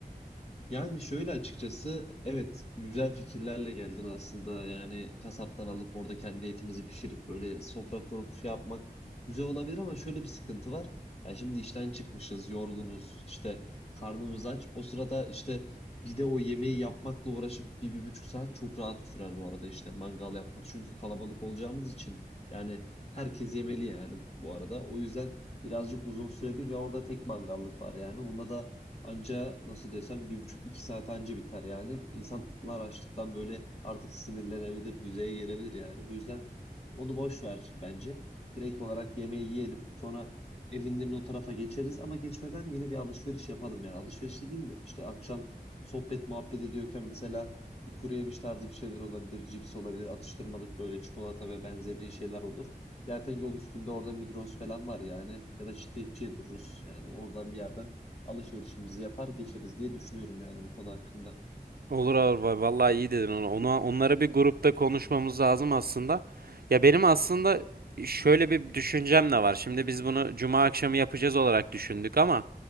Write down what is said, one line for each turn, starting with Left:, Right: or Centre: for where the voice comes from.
Left: Yani şöyle açıkçası evet güzel fikirlerle geldin aslında. Yani kasaptan alıp orada kendi etimizi pişirip böyle sofra kurup şey yapmak güzel olabilir ama şöyle bir sıkıntı var. Ya şimdi işten çıkmışız, yorgunuz, işte karnımız aç. O sırada işte bir de o yemeği yapmakla uğraşıp bir, bir buçuk saat çok rahat sürer bu arada işte mangal yapmak. Çünkü kalabalık olacağımız için yani herkes yemeli yani bu arada. O yüzden birazcık uzun sürebilir ve orada tek mangallık var yani. Onda da Anca nasıl desem bir buçuk iki saat anca biter yani. İnsanlar açlıktan böyle artık sinirlenebilir, düzeye gelebilir yani. Bu yüzden onu boş ver bence. Direkt olarak yemeği yiyelim. Sonra Eminlerin o tarafa geçeriz ama geçmeden yine bir alışveriş yapalım yani. Alışveriş dediğim de işte akşam sohbet muhabbet ediyorken mesela bir kuru yemiş tarzı bir şeyler olabilir, cips olabilir, atıştırmalık böyle çikolata ve benzeri şeyler olur. Zaten yol üstünde orada Migros falan var yani ya da çitlekçiye dururuz. Yani oradan bir yerden alışverişimizi yapar geçeriz diye düşünüyorum yani bu konu hakkında.
Right: Olur abi va- vallahi iyi dedin onu. Onu onları bir grupta konuşmamız lazım aslında. Ya benim aslında şöyle bir düşüncem de var. Şimdi biz bunu cuma akşamı yapacağız olarak düşündük ama